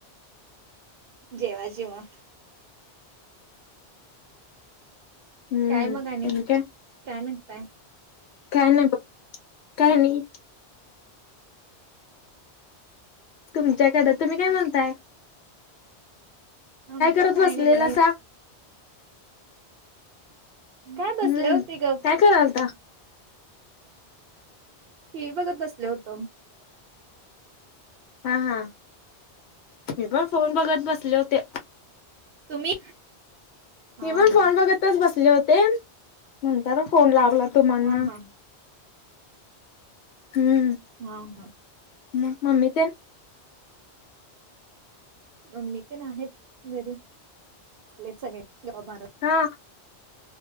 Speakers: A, on the right; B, on the left.
A: जेवा जेवा.
B: हम्म
A: काय मग आणि
B: काय
A: काय म्हनताय.
B: काय नाही बा काय नाही तुमच्याकडं तुम्ही काय म्हणताय.
A: आमच्याड
B: करत
A: काय
B: बसलेला
A: नाही बघा.
B: सा
A: काय
B: हम्म
A: बसले होते ग!
B: काय करालता?
A: टीव्ही बघत बसले होतो.
B: हा हा मी पण फोन बघत बसले होते
A: तुम्ही हा
B: मी पण
A: हा
B: फोन बघतच बसले होते नंतर फोन लावला तुम्हाना.
A: ह ह
B: हम्म
A: हम हा
B: म ममी ते
A: मग मी प आहेत घरी आपले सगळे जॉ मारत
B: हा